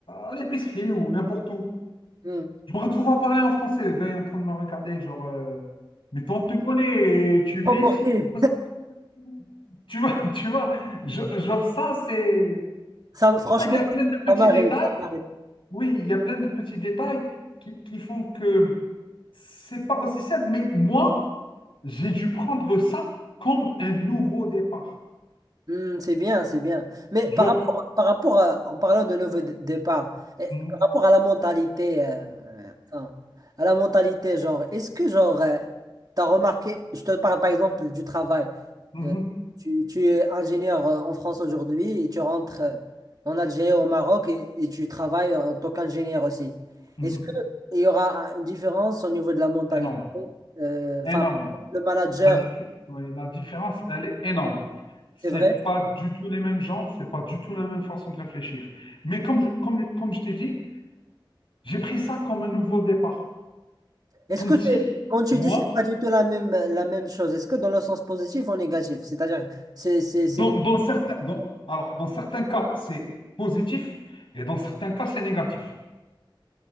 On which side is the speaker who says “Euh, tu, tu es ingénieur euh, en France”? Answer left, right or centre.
Right